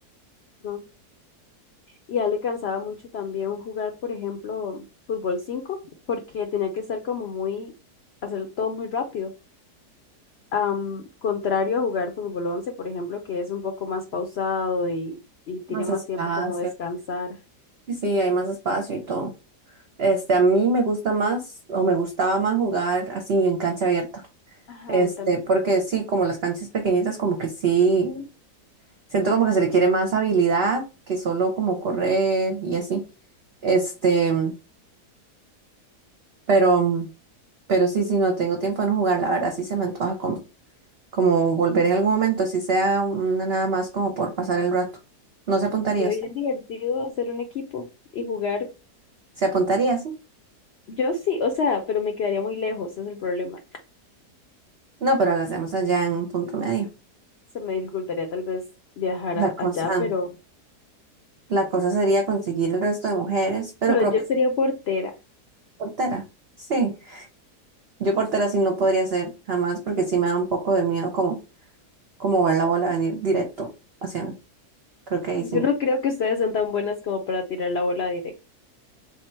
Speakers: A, on the left; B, on the right.
A: ¿no? Y a él le cansaba mucho también jugar, por ejemplo, fútbol 5 porque tenía que ser como muy, hacer todo muy rápido. Am, contrario a jugar fútbol once por ejemplo, que es un poco más pausado y, y tiene
B: Más
A: más
B: espacio.
A: tiempo como descansar.
B: Y sí, hay más espacio y todo. Este, a mí me gusta más o me gustaba más jugar así en cancha abierta.
A: Ajá,
B: Este,
A: él también.
B: porque sí, como las canchas pequeñitas, como que sí, siento como que se requiere más habilidad que solo como correr y así. Este, pero... Pero sí, sí, no tengo tiempo de no jugar, la verdad, sí se me antoja como, como volver en algún momento, si sea una nada más como por pasar el rato. No se apuntaría
A: Se ve
B: usted.
A: bien divertido hacer un equipo y jugar
B: Se apuntaría, sí.
A: Yo sí, o sea, pero me quedaría muy lejos, ese es el problema.
B: No, pero lo hacemos allá en un punto medio.
A: Se me dificultaría tal vez viajar
B: La
A: a-
B: cosa,
A: allá, pero,
B: la cosa sería conseguir el resto de mujeres, pero
A: pero
B: creo
A: yo
B: que
A: sería portera.
B: portera. Sí. Yo portera sí no podría ser jamás, porque sí me da un poco de miedo como, como ver la bola venir directo hacia mí. Creo que ahí
A: Yo
B: sí no.
A: no creo que ustedes sean tan buenas como para tirar la bola directa.